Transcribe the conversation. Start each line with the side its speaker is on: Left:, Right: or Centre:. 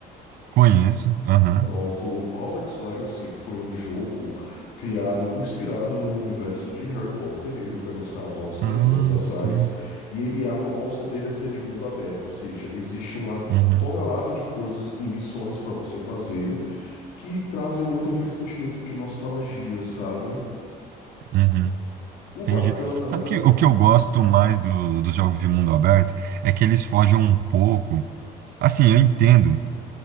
Right: Conheço, aham.
Left: Pronto, Hogwarts Legacy foi um jogo criado, inspirado no universo de Harry Potter. Ele foi lançado há uns três
Right: Ah,
Left: anos atrás
Right: sim.
Left: e ele é, a proposta dele é ser de mundo aberto, ou seja, existe uma
Right: Uhum,
Left: tonelada de coisas e missões para você fazer que trazem muito aquele sentimento de nostalgia, sabe?
Right: uhum.
Left: O
Right: Entendi.
Left: bacana,
Right: Sabe
Left: cara.
Right: que o que eu gosto mais do, dos jogos de mundo aberto é que eles fogem um pouco. Assim, eu entendo.